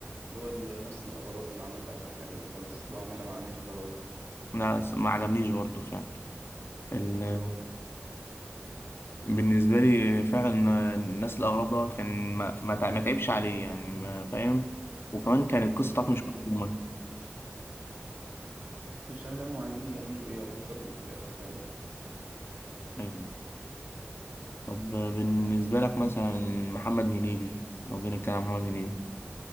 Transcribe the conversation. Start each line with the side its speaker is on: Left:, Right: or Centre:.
Right: اللي هو النسل الاغراب اللي عملها اخر حاجه دي خالص اللي هو عاملها مع امير قرار
Left: لا ما عجبنيش برضه فعلا ال...
Right: بالظبط
Left: بالنسبه لي فعلا الناس الاغراب دوت كان ما, ما تع- ما تعبش عليه يعني ما فاهم وكمان كانت القصه بتاعته
Right: مم.
Left: مش مفهومه
Right: مش هفهم عايزين يعملوا ايه او يوصلوا لايه في الاخر فعلا
Left: ايوه طب بالنسبه لك مثلا محمد هنيدي لو جينا نتكلم عن محمد هنيدي